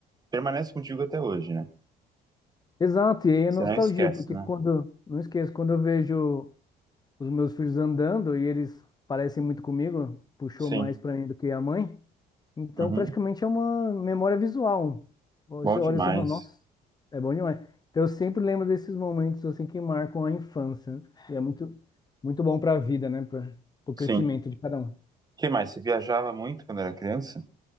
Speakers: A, on the right (about 25°); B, on the left (about 25°).
A: Permanece contigo até hoje, né?
B: Exato, e aí é
A: Você
B: nostalgia,
A: não esquece,
B: porque
A: né?
B: quando, não esqueço, quando eu vejo os meus filhos andando e eles parecem muito comigo, puxou
A: Sim.
B: mais pra mim do que a mãe. Então,
A: Uhum,
B: praticamente é uma memória visual. Você
A: bom demais.
B: olha e você fala, nossa, é bom demais. Então, eu sempre lembro desses momentos assim que marcam a infância. E é muito, muito bom para a vida, né? Para o
A: Sim.
B: crescimento
A: O
B: de cada um.
A: que mais? Você viajava muito quando era criança?